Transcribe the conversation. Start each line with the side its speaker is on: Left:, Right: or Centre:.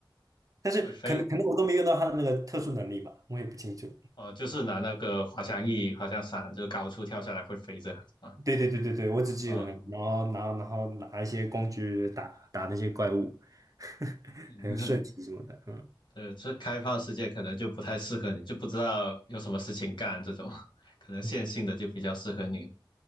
Right: 但是可能可能我都没用到他的那个特殊能力吧，
Left: 会飞，
Right: 我也不清楚。
Left: 哦，就是拿那个滑翔翼、滑翔伞，就高处跳下来会飞这样子嘛。
Right: 对对对对对，我只记得，
Left: 啊、
Right: 然后然后然后拿一些工具打打那些怪物，<laughs>
Left: 嗯，
Right: 还有射击什么的，
Left: <laughs>
Right: 嗯
Left: 对，这开放世界可能就不太适合你，就不知道有什么事情干这种，<laughs> 可能线性的就比较适合你，
Right: 嗯，